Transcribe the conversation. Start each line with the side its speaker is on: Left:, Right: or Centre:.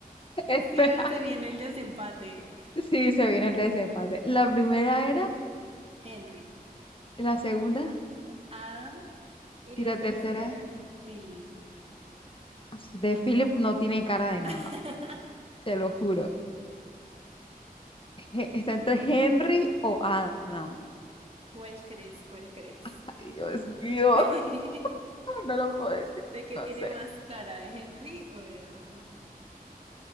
Left: <laughs> espera.
Right: Si ves, se viene el desempate.
Left: Sí, se viene el desempate. La primera era,
Right: Henry,
Left: la segunda
Right: Adam y
Left: y
Right: la
Left: la
Right: tercera,
Left: tercera.
Right: Philip.
Left: De Philip no tiene cara de nada,
Right: <laughs>
Left: te lo juro. He- Está entre Henry o Adam.
Right: ¿Cuál crees? ¿Cuál crees?
Left: Ay, Dios mío,
Right: <laughs> ¿De
Left: <laughs> no lo puedo decir,
Right: qué
Left: no
Right: tiene
Left: sé.
Right: más cara, de Henry o de Adam?